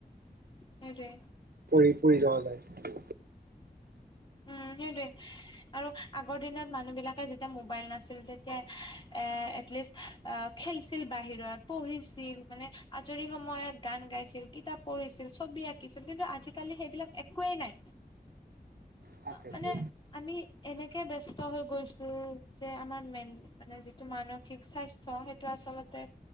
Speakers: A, on the left (about 30°); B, on the right (about 70°).
A: সেইটোৱে।
B: পৰি পৰি লৈ যায়।
A: উম, সেইটোৱে। আৰু আগৰ দিনত মানুহ বিলাকে যেতিয়া মোবাইল নাছিল, তেতিয়া এ এটলিষ্ট। অ 'খেলছিল বাহিৰত পঢ়িছিল মানে আজৰি সময়ত গান গাইছিল। কিতাপ পঢ়িছিল, ছবি আঁকিছিল, কিন্তু আজিকালি সেইবিলাক একোৱেই নাই।
B: তাকেতো
A: অ' মানে আমি এনেকে ব্যস্ত হৈ গৈছো, যে আমাৰ মেইন। মানে যিটো মানসিক স্বাস্থ্য সেইটো আচলতে।